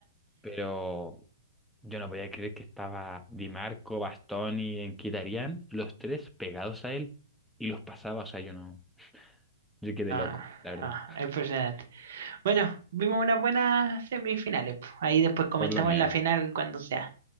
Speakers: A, in the centre; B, on the right (about 55°).
A: Pero Yo no podía creer que estaba Di Marco, Bastoni, Enquitarián, los tres pegados a él y los pasaba, o sea, yo no, yo quedé
B: Ah,
A: loco, la verdad,
B: ah, impresionante. Bueno, vimos unas buenas semifinales. po. Ahí después comentamos
A: por lo menos,
B: la final cuando sea.